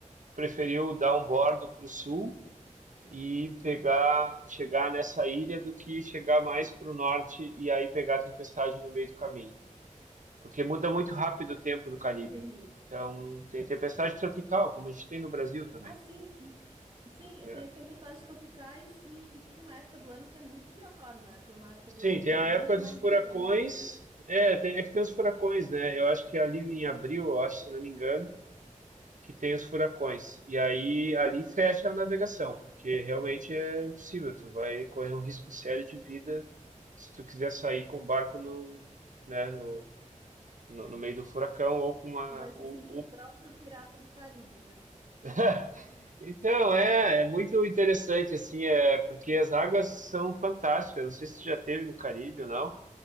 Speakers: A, on the right; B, on the right.
A: preferiu dar um bordo para o sul e pegar, chegar nessa ilha do que chegar mais para o norte e aí pegar a tempestade no meio do caminho, porque muda muito rápido o tempo no Caribe.
B: entendi.
A: Então, tem tempestade tropical, como a gente tem no Brasil também.
B: Ah, sim, e, e sim,
A: É.
B: tem as tempestades tropicais e, e tem uma época do ano que é muito pior, né? Tem uma época
A: Sim,
B: do ano
A: tem
B: que
A: a
B: é muito
A: época dos
B: mais
A: furacões.
B: intenso. o-
A: É, tem, é que tem os furacões, né? Eu acho que ali em abril, eu acho, se não me engano, que tem os furacões. E aí ali fecha a navegação, porque realmente é impossível. Tu vai correr um risco sério de vida se tu quiser sair com o barco no, né, no, no, no meio do furacão ou com uma.
B: Vai se
A: ou-
B: sentir
A: ou-
B: o próprio pirata do Caribe, né?
A: <laughs> Então, é, é muito interessante, assim, é, porque as águas são fantásticas. Não sei se tu já teve no Caribe ou não.